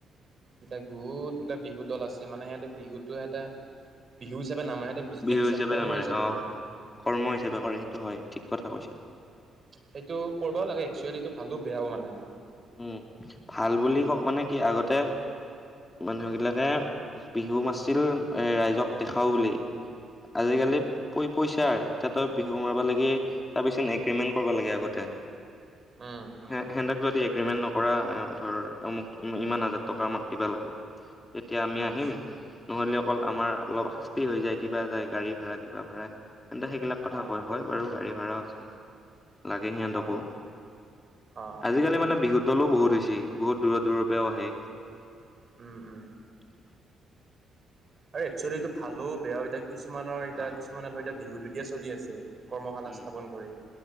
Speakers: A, on the right; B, on the left.
A: এ বহুতবিলাক বিহু দল আছে মানে সিহঁতে বিহুতো এটা বিহু হিচাপে নামে সিহঁতে বিজনেছ
B: বিহু
A: হিচাপ কৰ্ম
B: নামাৰে
A: হিচাপে
B: অ
A: কৰে
B: কৰ্ম হিচাপে কৰে সেইটো হয় ঠিক কথা কৈছা
A: সেইটো কৰিবও লাগে একচুৱেলিটো ভালো বেয়াও মানে
B: উম ভাল বুলি কক মানে কি আগতে মানুহবিলাকে বিহু নাছিল ৰাইজক দেখাও বুলি আজিকালি
A: উম,
B: পইচাৰ তাতই বিহু মাৰিব লাগে তাৰ পিছত এগ্ৰিমেন্ট কৰিব লাগে আগতে
A: উম, উম,
B: হে হেদাক যদি এক এগ্ৰিমেণ্ট নকৰা ধৰ আমুক ইমান হাজাৰ টকা আমাক দিবা লাগিব তেতিয়া আমি
A: উম,
B: আহিম নহ'লে অকল আমাৰ অলপ কি হৈ যায়? কিবা যায়, গাড়ী ভাড়া, কিবা ভাড়া তেন্তে সেইগিলাক কথা
A: অ',
B: বাৰু হয় বাৰু গাড়ী ভাড়া আছে, লাগে সিহঁতকো।
A: অ', অ',
B: আজিকালি মানে বিহুৰ দলো বহুত হৈছে, বহুত দূৰৰ দূৰৰ পৰাও আহে।
A: উম উম।
B: উ <inaudible>
A: আৰু এক্চুৱেলিটো ভালো বেয়াও এতিয়া, কিছুমানৰ এতিয়া
B: অ'
A: কিছুমানে ধৰ এতিয়া বিহুটো দিয়ে চলি আছে। কৰ্মশালা
B: উম,
A: স্থাপন কৰি।